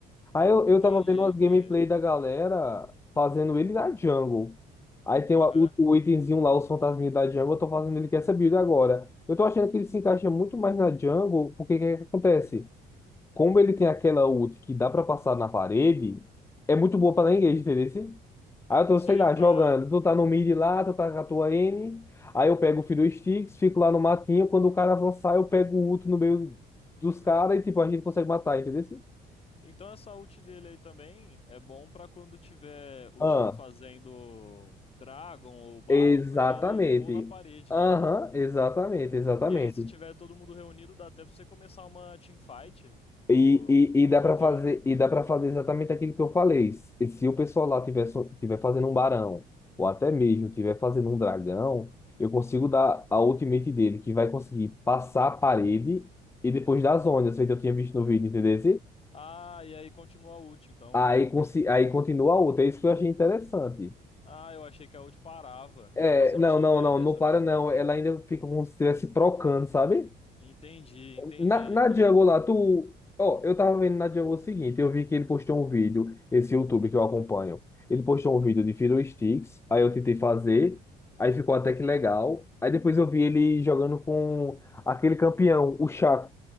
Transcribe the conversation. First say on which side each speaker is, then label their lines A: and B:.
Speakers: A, on the left (about 15°); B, on the left (about 35°).
A: Aí eu,
B: Entendi,
A: eu tava vendo umas
B: entendi.
A: gameplay da galera fazendo ele na jungle. Aí tem
B: Aham.
A: o, o, o itemzinho lá, os fantasminhas da jungle, eu tô fazendo ele com essa build agora. Eu tô achando que ele se encaixa muito mais na jungle, porque o que que acontece? Como ele tem aquela ult que dá pra passar na parede, é muito boa pra dar engage, entendeu? assim? Aí eu tô,
B: Sim,
A: sei lá,
B: pra...
A: jogando. Tu tá no mid lá, tu tá com a tua N. Aí eu pego o Fiddle Sticks, fico lá no matinho. Quando o cara avançar, eu pego o ult no meio dos caras e, tipo, a gente consegue matar, entendeu? assim?
B: Então essa ult dele aí também é bom pra quando tiver o
A: Ah,
B: time fazendo Dragon ou Baron,
A: exatamente.
B: porque ele pula a parede,
A: Aham,
B: né?
A: exatamente, exatamente.
B: E aí, se tiver todo mundo reunido, dá até pra você começar uma teamfight no,
A: E, e,
B: no
A: e dá
B: Covil.
A: para fazer e dá para fazer exatamente aquilo que eu falei. E se o pessoal lá tiver, so- tiver fazendo um barão, ou até mesmo tiver fazendo um dragão, eu consigo dar a ultimate dele, que vai conseguir passar a parede e depois das ondas, feito eu tinha visto no vídeo, entendeu?
B: Ah, e aí continua a ult, então.
A: Aí, consi- aí continua a outra. É isso que eu achei interessante.
B: Ah, eu achei que a ult parava.
A: É,
B: Nossa, eu
A: não,
B: não sabia
A: não, não,
B: dessa
A: não
B: habilidade
A: para não. Ela
B: aí.
A: ainda fica como se estivesse trocando, sabe?
B: Entendi, entendi.
A: Na, na
B: E-
A: Django lá, tu. Ó, eu tava vendo na Django o seguinte, eu vi que ele postou um vídeo, esse YouTube que eu acompanho. Ele postou um vídeo de Fiddle Sticks, aí eu tentei fazer, aí ficou até que legal. Aí depois eu vi ele jogando com aquele campeão, o Chaco.